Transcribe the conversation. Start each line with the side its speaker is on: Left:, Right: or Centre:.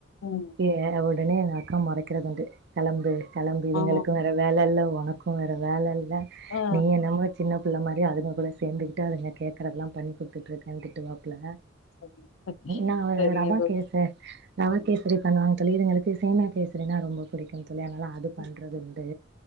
Left: ம்
Right: ஏறவுடனே எங்க அக்கா மொறைக்கிறதுண்டு கெளம்பு கெளம்பு இதுங்களுக்கு
Left: ஆ
Right: வேற வேலல்ல ஒனக்கு வேற வேலல்ல
Left: ஆ ஆ,
Right: நீ என்னமோ சின்ன புள்ள மாரி அதுங்க கூட சேந்துக்கி ட்டு அதுங்க கேக்குறதல்லா பண்ணி கொடுத்துட்டுருக்கனு திட்டுவா ப்புல
Left: சரி
Right: நா
Left: சரிங்க
Right: ரவா
Left: தோழி
Right: கேச ரவா கேசரி பண்ணுவாங்க தோழி இதுங்களுக்கு சேமியா கேசரினா ரொம்ப புடிக்கு தோழி அதனால அது பண்றதுண்டு
Left: ம்,